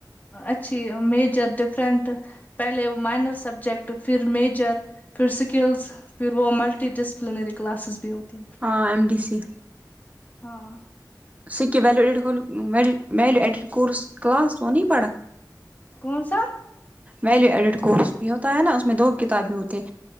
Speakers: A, on the left; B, on the right.
A: اچھی میجر ڈفرنٹ پہلے وہ مائنر سبجیکٹ پھر میجر پھر سکلز پھر وہ ملٹی ڈسپلنری کلاسز بھی ہوتی ہیں
B: ہاں ایم ڈی سی
A: ہاں
B: سک کے ویلو ایڈٹو کھلو میل میل ایڈٹ کورس کلاس وہ نہیں پڑھا
A: کون سہ
B: ویلیو ایڈٹ کورس بھی ہوتا ہے نا اس میں دو کتابیں ہوتی ہے